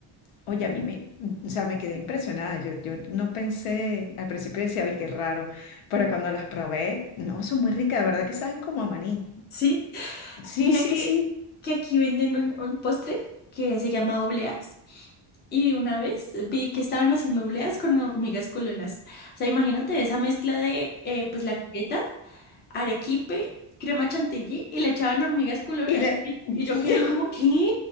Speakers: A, on the left; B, on the left.
A: oye, a mí me, o sea, me quedé impresionada. Yo, yo no pensé, al principio decía, ay, qué raro. Pero cuando las probé, no, son muy ricas, de verdad que saben como a maní.
B: Sí,
A: Sí,
B: mira
A: sí,
B: que,
A: sí.
B: que aquí venden un, un postre que se llama obleas y una vez vi que estaban haciendo obleas con hormigas culonas. O sea, imagínate esa mezcla de eh, pues la galleta. arequipe, crema chantilly y le echaban hormigas culonas.
A: Y le,
B: Y,
A: Dios,
B: y yo quedé como, ¿qué?